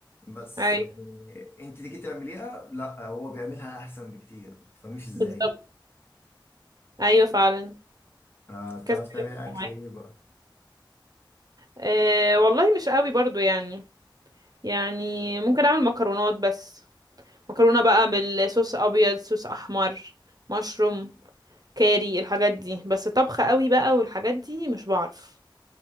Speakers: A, on the left; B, on the right.
A: بس
B: ايوه
A: يعني انت تيجي تعمليها لا هو بيعملها احسن بكتير ما تفهميش ازاي
B: بالظبط ايوه فعلا
A: آه بتعرف
B: كذا
A: تعمل
B: حاجة بتبقى
A: اكل
B: معايا.
A: ايه بقى
B: أه والله مش قوي برضو يعني يعني ممكن اعمل مكرونات بس مكرونة بقى بالصوص ابيض صوص احمر مشروم كاري الحاجات دي بس طبخ قوي بقى والحاجات دي مش بعرف